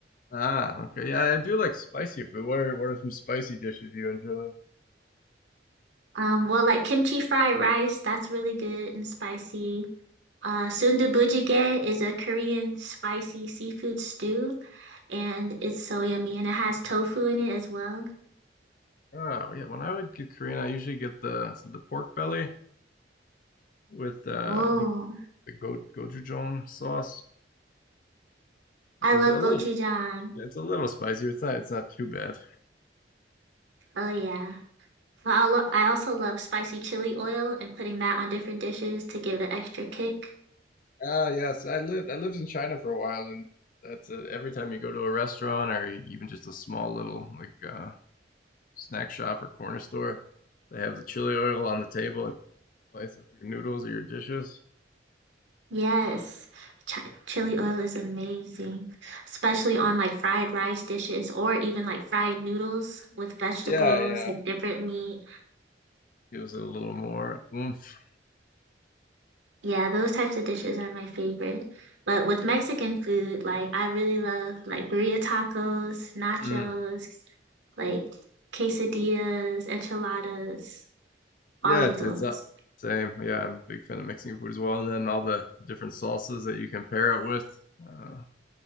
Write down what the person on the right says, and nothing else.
Um, well, like kimchi fried rice, that's really good and spicy. Uh, sundubujjigae is a Korean spicy seafood stew, and it's so yummy, and it has tofu in it as well.
Oh,
I love
gochujang.
Oh, yeah. But I lo I also love spicy chili oil and putting that on different dishes to give it an extra kick.
Yes, chi chili oil is amazing, especially on like fried rice dishes or even like fried noodles with vegetables
and different meat.
Yeah, those types of dishes are my favorite. But with Mexican food, like I really love like birria tacos, nachos,
like quesadillas, enchiladas,
all of
those.